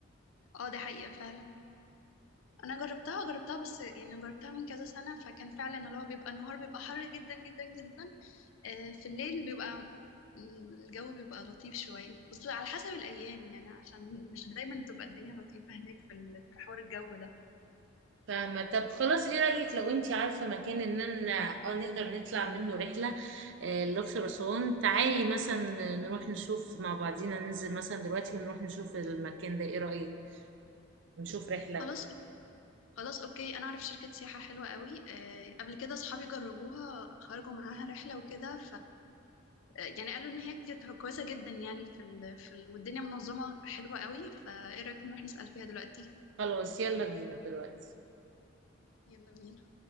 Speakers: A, on the left; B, on the right.
A: اه دي حقيقة فعلا أنا جربتها جربتها بس يعني جربتها من كذا سنة فكان فعلا اللي هو بيبقى النهار بيبقى حر جدا جدا جدا آه، في الليل بيبقى م، الجو بيبقى لطيف شوية بس على حسب الأيام يعني عشان مش دايما بتبقى الدنيا لطيفة هناك في ال- في حوار الجو ده
B: فاهمه طب خلاص ايه رايك لو انتي عارفه مكان ان انا اه نقدر نطلع منه رحله آه، الاقصر اسوان تعالي مثلا نروح نشوف مع بعضينا ننزل مثلا دلوقتي ونروح نشوف المكان ده ايه رايك نشوف رحلة
A: خلاص خلاص أوكي أنا أعرف شركة سياحة حلوة قوي آه، قبل كده أصحابي جربوها خرجوا معاها رحلة وكده يعني قالوا ان هي كانت كويسه جدا يعني في ال... في ال... والدنيا منظمه حلوه قوي فايه رايك نروح نسال فيها دلوقتي
B: خلاص يلا بينا دلوقتي
A: يلا بينا